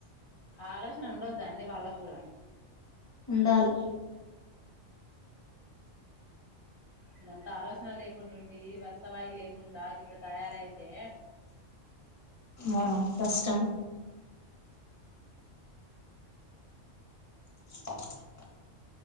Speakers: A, on the left; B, on the left.
A: ఆలోచన ఉండొద్దా అండి వాళ్ళ గూడ
B: ఉండాలే
A: ఇదంతా ఆలోచన లేకుండా ఉండి వరుసవాయి లేకుండా గిట్లా తయారైతే
B: ఆ కష్టం <inaudible>